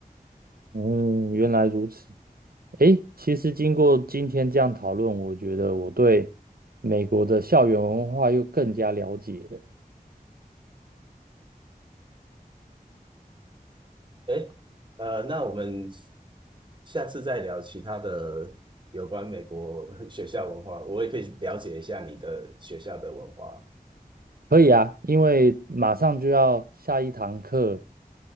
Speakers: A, on the right; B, on the right.
A: 嗯，原来如此。诶，其实经过今天这样讨论，我觉得我对美国的校园文化又更加了解了。
B: 诶，呃，那我们下次再聊其他的有关美国学校文化，我也可以了解一下你的学校的文化。
A: 可以啊，因为马上就要下一堂课，